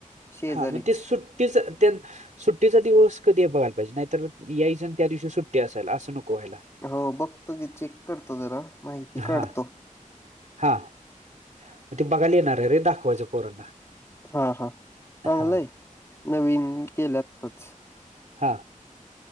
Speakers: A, on the left; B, on the right.
A: शेजारीच.
B: हा मग ते सुट्टीच त्या सुट्टीचा दिवस कधी बघायला पाहिजे नाहीतर यासण त्या दिवशी सुट्टी असायला असं नको व्हायला
A: हो बघतो गी चेक करतो जरा माहिती
B: हा
A: काढतो
B: हा मग ते बघायला येणार आहे रे दाखवायचं पोरांना
A: हा हा चांगलंय
B: हा
A: नवीन केल्यातच
B: हा